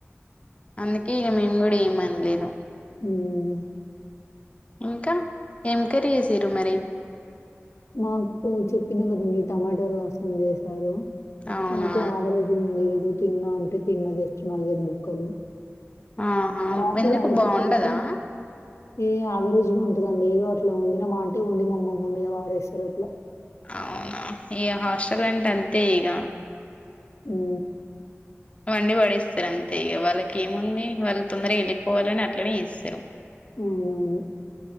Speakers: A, on the left; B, on the left.
A: అందుకే ఇగ మేము కూడా ఏమీ అనలేదు.
B: ఉమ్
A: ఇంకా ఏం కర్రీ చేసిర్రు మరి
B: మాకు టు చెప్పినా కదండి. టమాటో రసం చేసారు.
A: అవునా
B: ఓకే యావరేజ్ ఉంది ఏదో తిన్నా అంటే తిన్న జస్ట్ నాలుగైదు బుక్కలు
A: ఆహా
B: రాత్రి
A: ఎందుకు
B: అయే
A: బాగుండదా
B: తిప్పి తిప్పి ఏ అవరేజ్ గున్ ఇగో అండి ఏదో అట్లా వండి నా మా అంటే వండి మామ్మమ్మ మీద వారేస్తారు అట్లా
A: అవునా ఈ హాస్టల్ అంటే అంతే ఇగ
B: ఉహు
A: వండి వడేస్తారు అంతే ఇక వాళ్ళకి ఏముంది వాళ్ళు తొందరగా వెళ్ళిపోవాలని అట్లనే ఏస్తారు
B: అవునవును